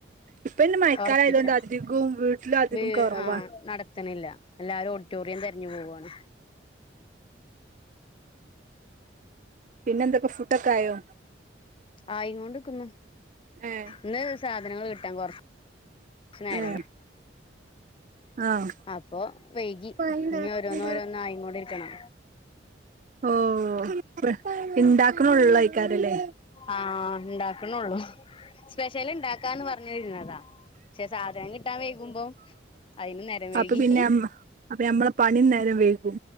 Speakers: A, on the right (about 40°); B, on the left (about 30°).
A: ഇപ്പൊ ഇനി മഴക്കാലായതുകൊണ്ട്
B: ഒർപ്പിച്ച
A: അധികവും വീട്ടിലും അധികം
B: വീ
A: കൊറവാ
B: ആഹ് നടത്ത്ണില്ല എല്ലാരും ഓഡിറ്റോറിയം തെര്ഞ്ഞ് പോവാണ്
A: പിന്നെന്തൊക്ക ഫുഡൊക്കെ ആയോ
B: ആയിങ്ങോണ്ട്ക്ക്‌ന്നു
A: ഏഹ്
B: ഇന്ന് സാധനങ്ങള് കിട്ടാൻ കൊർ ച്ച് നേരം
A: ഏഹ്
B: വെ
A: ആഹ്
B: അപ്പൊ വൈകി
A: പണ്ട
B: ഇഞ്ഞോരോന്ന് ഓരോന്നായിങ്ങോണ്ട് ഇരിക്ക്‌ണ്
A: ഓഹ് ഇണ്ടാക്ക്‌ണൊള്ളെയ്ക്കാരംലേ
B: ആഹ് ഇണ്ടാക്ക്‌ണൊള്ളു സ്പെഷ്യല് ഇണ്ടാക്കാന്ന് പർഞ്ഞ് ഇര്ന്നതാ പക്ഷെ സാധനം കിട്ടാൻ വൈകുമ്പോ- അയിനും നേരം വൈകി
A: അപ്പ പിന്നെ അം അപ്പഞമ്മളെ പണിം നേരം വെയ്കും